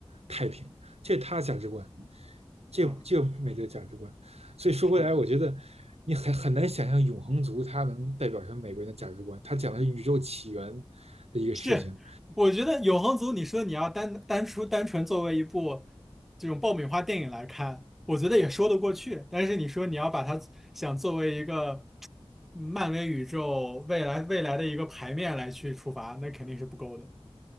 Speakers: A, on the right; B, in the centre.
A: 太平，这是他的价值观，这这个美队的价值观。
B: 啊。
A: 所以说回来，
B: 是
A: 我觉得你很很难想象永恒族它能代表成美国人的价值观。他讲的是宇宙起源的一个事情，
B: 是，我觉得《永恒族》，你说你要单单出单纯作为一部这种爆米花电影来看，我觉得也说得过去。但是你说你要把它想作为一个嗯漫威宇宙未来未来的一个牌面来去出发，那肯定是不够的。